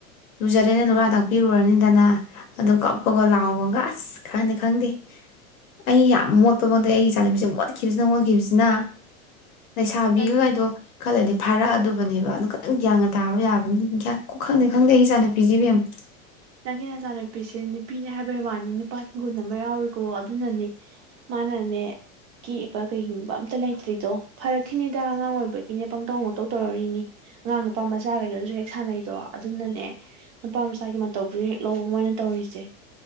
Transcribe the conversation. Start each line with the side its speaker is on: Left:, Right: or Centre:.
Left: ꯂꯨꯖꯔꯦꯅꯦ ꯅꯨꯔꯥ ꯇꯥꯛꯄꯤꯔꯨꯔꯅꯤꯗꯅ ꯑꯗꯨꯝ ꯀꯞꯄꯒ ꯂꯥꯎꯕꯒ ꯑꯁ ꯈꯪꯗꯦ - ꯈꯪꯗꯦ ꯑꯩ ꯌꯥꯝ ꯃꯣꯠꯄ ꯉꯗꯦ ꯑꯩ ꯏꯆꯥꯅꯨꯄꯤꯁꯦ ꯃꯣꯠꯈꯤꯕꯁꯤꯅ - ꯃꯣꯠꯈꯤꯕꯁꯤꯅ꯫ ꯂꯩꯁꯥꯕꯤꯒꯒꯗꯣ
Right: ꯅꯪ
Left: ꯈꯂꯩꯔꯗꯤ ꯐꯥꯔꯛꯑꯗꯨꯕꯅꯦꯕ ꯑꯗꯨ ꯈꯤꯇꯪ ꯒꯌꯥꯟ ꯇꯥꯕ ꯌꯥꯕꯅꯤ ꯒꯌꯥ ꯀꯣꯛ ꯈꯪꯗꯦ - ꯈꯪꯗꯦ ꯑꯩ ꯏꯆꯥꯅꯨ ꯄꯤꯖꯦ ꯏꯕꯦꯃꯃꯥ꯫
Right: ꯅꯪꯒꯤ ꯅꯆꯥꯅꯨꯄꯤꯁꯦ ꯅꯨꯄꯤꯅꯦ ꯍꯥꯏꯕꯩ ꯋꯥꯅꯤ ꯅꯨꯄꯥ ꯒꯨꯟ ꯑꯃ ꯌꯥꯎꯔꯤꯀꯣ ꯑꯗꯨꯅꯅꯦ ꯃꯥꯅꯅꯦ ꯀꯦꯛꯏꯕ ꯀꯩꯒꯨꯝꯕ ꯑꯝꯇ ꯂꯩꯇ꯭ꯔꯤꯗꯣ ꯐꯔꯛꯈꯤꯅꯤꯗ ꯑꯉꯥꯡ ꯑꯣꯏꯕꯒꯤꯅꯦ ꯄꯪꯇꯧ - ꯃꯥꯇꯧ ꯇꯧꯔꯛꯔꯤꯅꯤ꯫ ꯑꯉꯥꯡ ꯅꯨꯄꯥ ꯃꯆꯥꯈꯩꯩꯒꯁꯨ ꯍꯦꯛ ꯁꯥꯟꯅꯩꯗꯣ ꯑꯗꯨꯅꯅꯦ꯫ ꯅꯨꯄꯥ ꯃꯆꯥꯒꯤ ꯃꯥ ꯇꯧꯗꯨ ꯍꯦꯛ ꯂꯧꯕ ꯃꯣꯏꯅ ꯇꯧꯔꯤꯁꯦ,